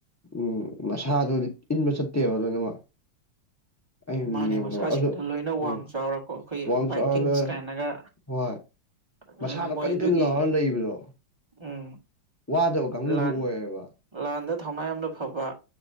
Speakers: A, on the left; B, on the right.
A: ꯎꯝ ꯃꯁꯥꯗꯨꯗꯤ ꯏꯟꯕ ꯆꯠꯇꯦꯕ ꯂꯣꯏꯅꯃꯛ ꯑꯩ
B: ꯃꯥꯅꯦ
A: ꯌꯦꯡꯕꯗꯥꯕ
B: ꯃꯁꯥꯁꯤꯡꯗꯣ
A: ꯑꯗꯣ
B: ꯂꯣꯏꯅ ꯋꯥꯡ
A: ꯎꯝ
B: ꯆꯥꯎꯔꯀꯣ ꯑꯩꯈꯣꯏꯒꯤ
A: ꯋꯥꯡ
B: ꯕꯥꯏꯛꯀꯤꯡꯁ
A: ꯆꯥꯎꯔꯒꯥ
B: ꯀꯥꯏꯅꯒ
A: ꯍꯣꯏ
B: ꯍꯥꯏꯗꯤ
A: ꯃꯁꯥꯗꯣ
B: ꯃꯣꯏ
A: ꯀꯟ
B: ꯑꯗꯨꯒꯤ
A: ꯀꯟ ꯂꯥꯎꯔꯒꯥ ꯂꯩꯕꯗꯣ
B: ꯎꯝ
A: ꯋꯥꯗꯕ ꯀꯥꯡꯕꯨꯗꯨ
B: ꯂꯥꯟ
A: ꯑꯣꯏꯌꯦꯕ
B: ꯂꯥꯟꯗꯥ ꯊꯧꯅꯥ ꯌꯥꯝꯅ ꯐꯕ